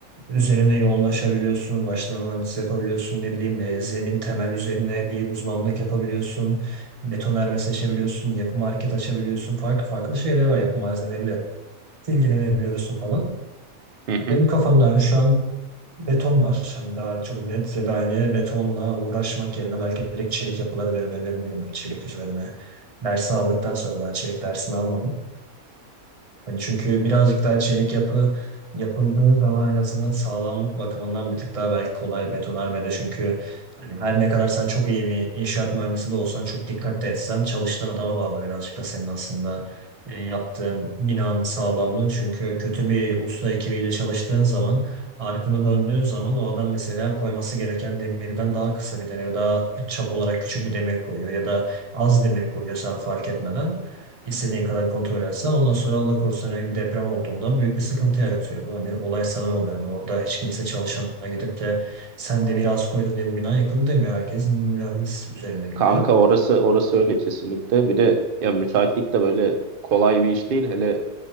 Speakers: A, on the right; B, on the right.
A: üzerine yoğunlaşabiliyorsun, ulaştırma mühendisi yapabiliyorsun, ne bileyim e, zemin temel üzerine bir uzmanlık yapabiliyorsun, betonarme seçebiliyorsun, yapı market açabiliyorsun, farklı farklı şeyler var yapı malzemeleriyle ilgilenebiliyorsun falan.
B: Hı hı.
A: Benim kafamda hani şu an Beton var. Hani daha çok net ya da hani betonla uğraşmak yerine belki direkt çelik yapılara da yönelebilirim. Hani çelik üzerine. Dersi aldıktan sonra daha çelik dersini almadım. Hani çünkü birazcık daha çelik yapı yapıldığı zaman en azından sağlamlık bakımından bir tık daha belki kolay betonarmede çünkü hani her ne kadar sen çok iyi bir inşaat mühendisi de olsan çok dikkatli etsen çalıştığın adama bağlı birazcık da senin aslında e, yaptığın binanın sağlamlığı çünkü kötü bir usta ekibiyle çalıştığın zaman arkanı döndüğün zaman o adam mesela koyması gereken demirden daha kısa bir demir daha çap olarak küçük bir demir koyuyor ya da az demir koyuyor sen fark etmeden İstediğin kadar kontrol etsen ondan sonra Allah korusun herhangi bir deprem olduğunda büyük bir sıkıntı yaratıyor. Bu hani olay sana oluyor. Yani orada hiç kimse çalışana gidip de sen de biraz koydun diye bu bina yıkıldı demiyor. Herkes mühendis üzerine gidiyor.
B: Kanka orası orası öyle kesinlikle. Bir de ya müteahhitlik de böyle kolay bir iş değil. Hele